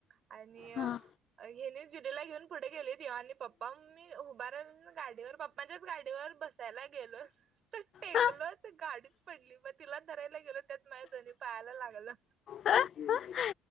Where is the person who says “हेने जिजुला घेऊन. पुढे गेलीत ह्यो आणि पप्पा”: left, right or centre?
Right